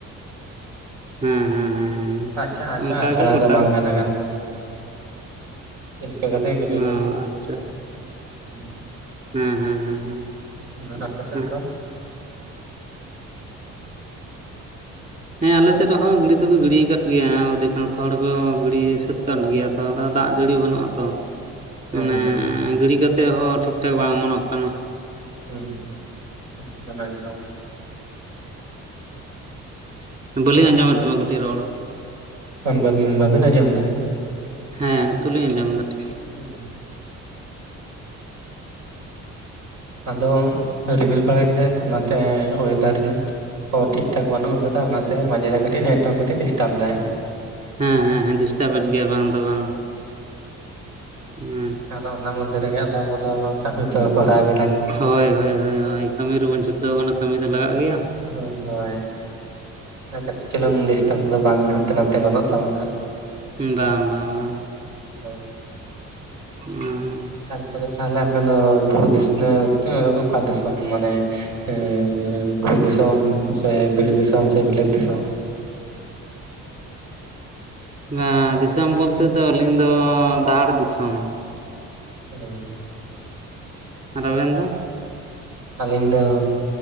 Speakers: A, on the right; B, on the right.
A: ᱦᱮᱸ ᱦᱮᱸ ᱦᱮᱸ,
B: ᱟᱪᱪᱷᱟ ᱟᱪᱪᱷᱟ
A: ᱚᱱᱠᱟᱜᱮ
B: ᱟᱪᱷᱲᱟ
A: ᱜᱳᱴᱟ
B: ᱫᱚ ᱵᱟᱝ ᱜᱟᱱ ᱮᱱ ᱠᱟ ᱠᱟᱛᱮᱠ ᱜᱤᱰᱤ ᱦᱳᱭ
A: ᱚ
B: ᱠᱟᱱᱟ᱾
A: ᱟᱪᱪᱷᱟ
B: <inaudible>
A: ᱦᱮᱸ ᱦᱮᱸ ᱦᱮᱸ
B: ᱟᱨ ᱟᱯᱮ
A: ᱟᱪᱪᱷᱟ,
B: ᱥᱮᱫ ᱫᱚ
A: ᱦᱮᱸ ᱟᱞᱮ ᱥᱮᱫ ᱦᱚᱸ ᱜᱤᱰᱤ ᱫᱚᱠᱚ ᱜᱤᱰᱤ ᱟᱠᱟᱫ ᱜᱮᱭᱟ ᱚᱫᱷᱤᱠᱟᱝᱥᱚ ᱦᱚᱲ ᱠᱚ ᱜᱤᱰᱤ ᱥᱟᱹᱛ ᱟᱠᱟᱫ ᱜᱮᱭᱟ᱾ ᱛ ᱟᱫᱚ ᱫᱟᱜ ᱡᱟᱹᱲᱤ ᱵᱟᱹᱱᱩᱜᱼᱟ ᱛᱚ?
B: ᱦᱮᱸ
A: ᱢᱟᱱᱮ
B: ᱦᱮᱸ ᱦᱮᱸ
A: ᱜᱤᱲᱤ ᱠᱟᱛᱮ ᱦᱚᱸ ᱴᱷᱤᱠᱼᱴᱷᱟᱠ ᱵᱟᱝ ᱚᱢᱚᱱᱚᱜ ᱠᱟᱱᱟ᱾
B: ᱦᱩᱸ ᱦᱩᱸ, <inaudible> ᱮᱠᱫᱚᱢ ᱮᱠᱫᱚᱢ᱾
A: <inaudible> ᱵᱟᱹᱞᱤᱧ ᱟᱸᱡᱚᱢᱮᱫ ᱛᱟᱢᱟ ᱠᱟᱹᱴᱤᱡ ᱨᱚᱲ?
B: ᱟᱢᱫᱟᱫᱟ ᱵᱟᱹᱵᱤᱱ ᱟᱢᱚᱢᱫᱟ?
A: ᱦᱮᱸ ᱱᱤᱛᱚᱜ ᱞᱤᱧ ᱟᱸᱡᱚᱢᱫᱟ ᱴᱤᱠ᱾
B: ᱦᱩᱸ, <inaudible> ᱟᱫᱚ ᱨᱤᱢᱤᱞ ᱵᱟᱲᱟ ᱠᱮᱫᱟᱭ ᱛᱚ ᱚᱱᱟᱛᱮ ᱚᱭᱫᱟᱨ ᱱᱤᱛ ᱚ ᱴᱷᱤᱠ-ᱴᱷᱟᱠ ᱵᱟᱹᱱᱩᱜ ᱠᱟᱫᱟ ᱚᱱᱟᱛᱮ ᱢᱟᱡᱮᱨᱮ ᱠᱟᱹᱴᱤᱡ ᱱᱮᱴᱣᱟᱨᱠ ᱠᱟᱹᱴᱤᱡ ᱰᱤᱥᱴᱟᱵᱽ ᱫᱟᱭ᱾
A: ᱦᱮᱸ ᱦᱮᱸ ᱰᱤᱥᱴᱟᱵ ᱮᱫ ᱜᱮᱭᱟ ᱵᱟᱝ ᱫᱚ ᱵᱟᱝ ᱟ <inaudible> ᱦᱮᱸ,
B: ᱟᱫᱚ ᱚᱱᱟ ᱢᱚᱫᱫᱷᱮ ᱨᱮᱜᱮ ᱟᱫᱚ ᱟᱵᱩᱫᱚ ᱠᱟᱹᱯᱤᱫ ᱦᱚᱸᱵᱟᱲᱟᱭ ᱟᱵᱩᱱ
A: ᱦᱳᱭ ᱦᱳᱭ ᱦᱳᱭ ᱦᱳᱭ ᱠᱟᱹᱢᱤ ᱨᱮᱵᱚᱱ ᱪᱷᱩᱴᱟᱹᱣ ᱟᱠᱟᱱᱟ ᱠᱟᱹᱢᱤ ᱫᱚ ᱞᱟᱜᱟᱜ ᱜᱮᱭᱟ?
B: ᱦᱳᱭ ᱠᱟᱹᱴᱤᱡ ᱪᱩᱞᱩᱝ ᱰᱤᱥᱴᱟᱵᱽ ᱫᱚ ᱵᱟᱝ ᱦᱟᱱᱛᱮ-ᱱᱟᱱᱛᱮ ᱜᱚᱫᱚᱜ ᱛᱟᱵᱚᱱ-ᱟ᱾
A: ᱵᱟᱝ ᱵᱟᱝ ᱵᱟᱝ᱾
B: <inaudible>
A: ᱚᱸ
B: ᱛᱟᱨᱯᱚᱨᱮ ᱛᱟᱦᱞᱮ ᱟᱯᱮ ᱫᱚ ᱵᱩᱨᱩ ᱫᱤᱥᱱᱟᱹᱣ ᱥᱮ <inaudible> ᱚᱠᱟ ᱫᱤᱥᱚᱢ ᱢᱟᱱᱮ ᱮᱸ ᱵᱩᱨᱩ ᱫᱤᱱᱟᱹᱢ ᱥᱮ ᱵᱤᱨ ᱫᱤᱱᱟᱹᱢ ᱥᱮ ᱵᱤᱞᱟᱹᱛ ᱫᱤᱥᱟᱹᱢ?
A: ᱵᱟᱝ ᱫᱤᱥᱚᱢ ᱵᱚᱞᱛᱮ ᱫᱚ ᱟᱹᱞᱤᱧ ᱫᱚ ᱰᱟᱦᱟᱲ ᱫᱤᱥᱚᱢ᱾
B: ᱚᱸ,
A: ᱟᱨ ᱟᱵᱮᱱ ᱫᱚ?
B: ᱟᱞᱤᱧ ᱫᱚᱻ᱾